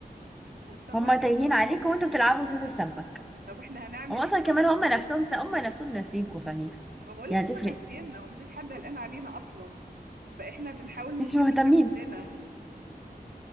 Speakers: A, on the right; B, in the centre.
A: <laughs> طب
B: هما
A: هن...
B: تايهين عليكم وانتوا بتلعبوا صيد السمك
A: طب احنا هنعمل
B: هما اصلا
A: ايه
B: كمان هما نفسهم هما نفسهم ناسيينكم صحيح
A: ما بقولك
B: يعني
A: هما
B: هتفرق
A: ناسينا هم مفيش حد قلقان علينا اصلا فاحنا بنحاول نسلي
B: مش مهتمين
A: نفسنا